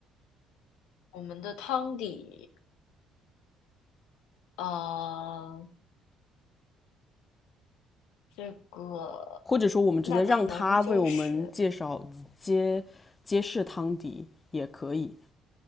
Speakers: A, on the left (about 70°); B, on the left (about 30°).
A: 我们的汤底，呃，这个
B: 或者说我们直接让他为我们介绍揭揭示汤底也可以。
A: 那可能就是